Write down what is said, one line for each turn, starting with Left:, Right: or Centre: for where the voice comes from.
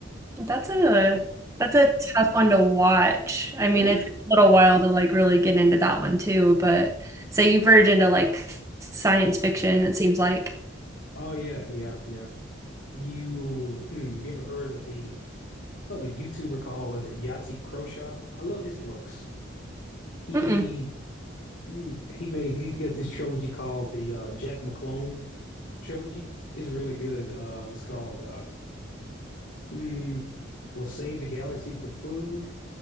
Right: That's a that's a tough one to watch. I
Left: <laughs>
Right: mean, it took a little while to like really get into that one too, but so you verge into like science fiction, it seems like.
Left: Oh yeah, yeah, yeah. You hmm, you ever heard of the oh the YouTuber called was it Yahtzee Croshaw? I love his books. He
Right: Mm-mm.
Left: mm, he made he got this trilogy called the uh, Jack McClone trilogy. It's really good. Uh, it's called uh, mm, "We'll Save the Galaxy for Food,